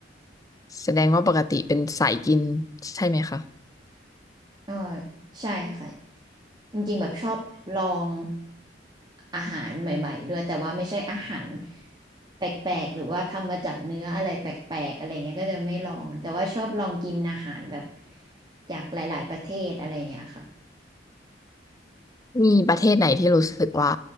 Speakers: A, on the left (about 20°); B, on the right (about 25°).
A: แสดงว่าปกติเป็นสายกินใช่ไหมคะ
B: ก็ใช่ค่ะจริงๆแบบชอบลองอาหารใหม่ๆด้วยแต่ว่าไม่ใช่อาหารแปลกๆหรือว่าทำมาจากเนื้ออะไรแปลกๆอะไรเงี้ยก็จะไม่ลองแต่ว่าชอบลองกินอาหารแบบ จากหลายๆประเทศอะไรอย่างเงี้ยค่ะ
A: มีประเทศไหนที่รู้สึกว่า